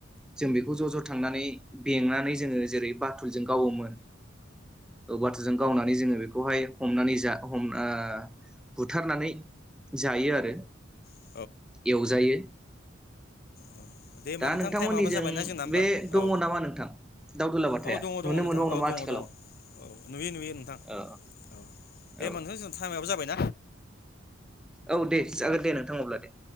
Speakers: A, in the centre; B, on the left.
A: जों बेखौ ज' ज' थांनानै बेंनानै जोङो जेरै बाथुलजों गावोमोन औ बाथुलजों गावनानै जोङो बेखौहाय हमनानै जा हमना अ बुथारनानै जायो आरो
B: औ औ औ औ
A: एवजायो
B: औ दे हबा
A: दा
B: नोंथां
A: नोंथांमोननिजों
B: टाइमाबो जाबायना जोंना होमबा
A: बे दङ
B: औ
A: नामा नोंथां दावदुला बाथाया
B: औ दङ
A: नुनो
B: दङ नोंथां
A: मोनबावो नामा
B: औ दङ
A: आथिखालाव
B: दङ औ नुयो नुयो नोंथां
A: औ
B: औ दे
A: औ
B: होनबा नोंथां जों टाइमाबो जाबाय ना।
A: औ दे जागोन दे नोंथां अब्ला दे।